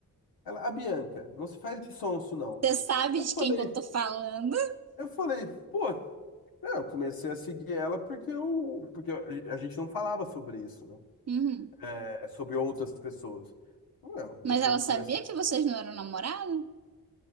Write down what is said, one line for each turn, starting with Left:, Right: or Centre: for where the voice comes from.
Left: Ela, a Bianca, não se faz de sonso, não.
Right: Você sabe
Left: Eu
Right: de
Left: falei,
Right: quem que eu tô falando?
Left: eu falei, pô. É, eu comecei a seguir ela porque, eu, porque a gente não falava sobre isso, né?
Right: Uhum.
Left: É, sobre outras pessoas. Eu,
Right: Mas
Left: eu com-
Right: ela sabia
Left: comecei.
Right: que vocês não eram namorados?